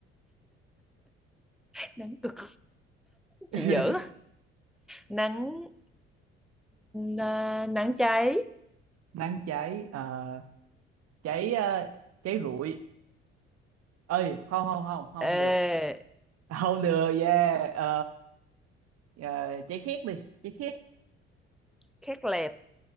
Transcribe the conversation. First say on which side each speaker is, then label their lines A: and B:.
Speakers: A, in the centre; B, on the right.
A: <laughs> Nắng cực.
B: <laughs>
A: Chị dở. Nắng na- nắng cháy.
B: nắng cháy, à, cháy à, cháy rụi. ơi không không không không
A: Ờ,
B: được, không được, yeah, ờ, ờ, cháy khét đi, cháy khét,
A: khét lẹt.